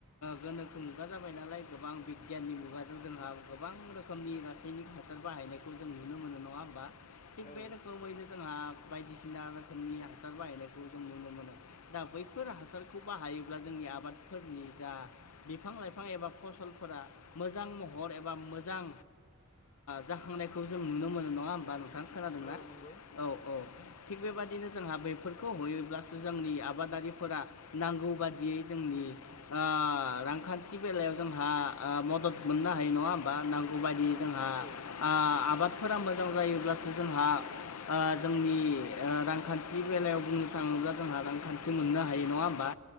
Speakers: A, on the left; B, on the left.
A: गोनोखो मुगा जाबाय नालाय गोबां बिगियाननि मुगाजों जोंहा गोबां रोखोमनि रासायनिक हासार बाहायनायखौ जों नुनो मोनो नङा होमबा थिग
B: औ
A: बे रोखोमैनो जोंहा बायदिसिना रोखोमनि हासार बाहायनायखौ जों नुनो मोनो। दा बैफोर हासारखौ बाहायोब्ला जोंनि आबादफोरनि जा बिफां लाइफां एबा फसल फोर मोजां महर एबा मोजां जाखांनायखौ जों नुनो मोनो नङा होमबा नोंथां खोनादोंना
B: औ नंगौ
A: औ औ थिग बेबाददिनो जोंहा बेफोरखौ हयो थोजासे जोंनि आबादारिफोरा नांगौ बादियै जोंनि आ रांखान्थि बे बेलायाव जोंहा मदद मोननो हायो नङा होमबा नांगौ बायदि जोंहा
B: औ
A: आबाद फोर मोजां जायोब्लासो जोंहा जोंनि रांखान्थि बेलायाव बुङो थाङोब्ला जोंहा रांखान्थि मोननो हायो नङा होमबा